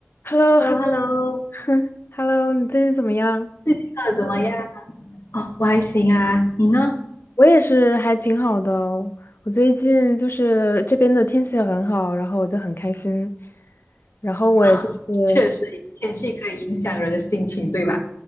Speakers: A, on the left; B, on the left.
A: h e l l o
B: h e
A: h
B: l l o
A: e l
B: h
A: l
B: e l
A: o
B: l o
A: <laughs> 哼，Hello，你最近怎么样？
B: 最近过得怎么样？哦，我还行啊，你呢？
A: 我也是，还挺好的哦。我最近就是这边的天气很好，然后我就很开心。然后我也就是，
B: <laughs> 哦，确实，天气可以影响人的心情，对吧？